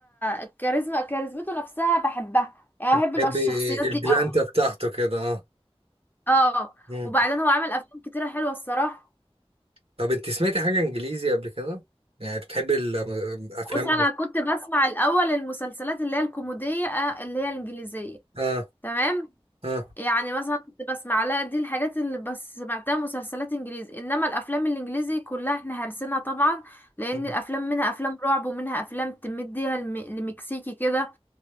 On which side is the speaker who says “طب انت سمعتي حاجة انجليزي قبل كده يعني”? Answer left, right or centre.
Right